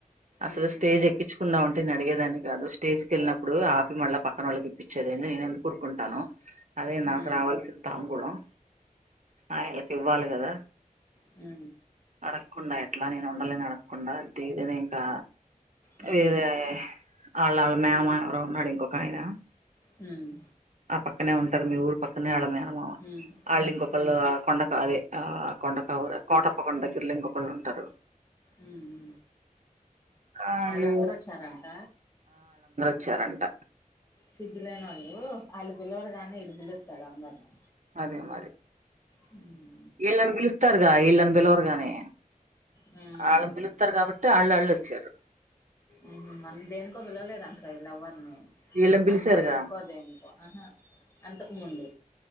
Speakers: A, on the right; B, on the left.
A: అసలు
B: ఉమ్
A: స్టేజ్ ఎక్కించుకుండా ఉంటే నే అడిగేదాన్ని కాదు స్టేజ్కి వెళ్ళినప్పుడు ఆపి మళ్ళా పక్కన వాళ్ళకి ఇప్పించేదిని నేను ఎందుకు ఊరుకుంటాను అదే
B: హ్మ్.
A: నాకు రావాల్సిిన తాంబూలం ఆయళకి ఇవ్వాలి కదా
B: ఉ
A: అడగకుండా ఎట్లా నేను ఉండాలేను అడగకుండా దే ఇంకా
B: హ్మ్.
A: వేరే వాళ్ళ వాళ్ళ మేనమామ ఎవరో ఉన్నాడు ఇంకొక ఆయన
B: హ్మ్.
A: ఆ పక్కనే ఉన్ మీ ఊరి పక్కనే <unintelligible> <unintelligible>
B: హ్మ్.
A: వాళ్ళు ఇంకొకళ్ళు
B: హ్మ్.
A: కొండక అదే ఆ కొండకావర కోట దగ్గరలో ఇంకొకళ్ళు ఉంటారు
B: ఉ ఊ
A: ఆళ్ళు
B: వాళ్ళందరూ వచ్చారంట
A: చ్చరంట
B: సిగ్గులేని వోళ్ళు వాళ్ళ పిలవరు కానీ ఈడు పిలి <unintelligible> అందరిని
A: అదే మరి
B: హు
A: ఈళ్ళని బిలుస్తారుగా ఈళ్ళని బిలవరు గాని
B: హ్మ్.
A: ఆళ్ళని పిలుత్తరు కాబట్టి అళ్ళ అళ్ళు వచ్చరు
B: ఉహు మనం దేనికో పిలవలేదు అంటగా ఇలు అవ్వని
A: వీళ్ళని
B: సన్మానానికో
A: పిలిచారుగా
B: దేనికో ఆహా అంతకు ముందు